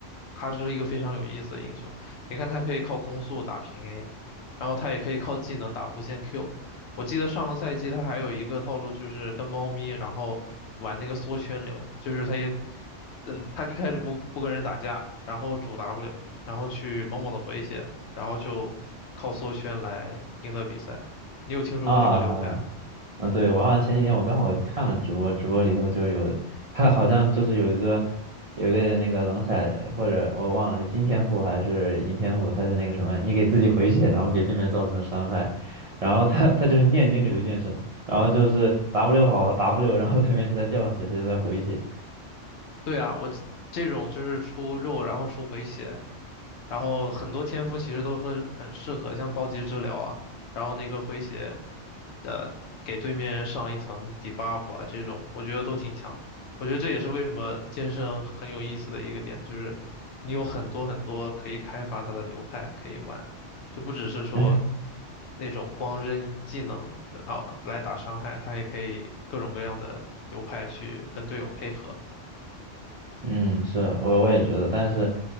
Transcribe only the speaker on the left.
他是一个非常有意思的英雄。你看，他可以靠攻速打平 A，然后他也可以靠技能打无限 Q。我记得上个赛季他还有一个套路，就是跟猫咪，然后玩那个缩圈流，就是他也，嗯，他一开始不不跟人打架，然后主 W，然后去猛猛的回血，然后就靠缩圈来赢得比赛。你有听说过这个流派吗？
对啊，我这种就是出肉，然后出回血，然后很多天赋其实都很很适合，像暴击治疗啊，然后那个回血的给对面人上一层 debuff 啊，这种我觉得都挺强的我觉得这也是为什么剑圣很有意思的一个点，就是你有很多很多可以开发它的流派可以玩，就不只是说
那种光扔技能啊来打伤害，它也可以各种各样的流派去跟队友配合。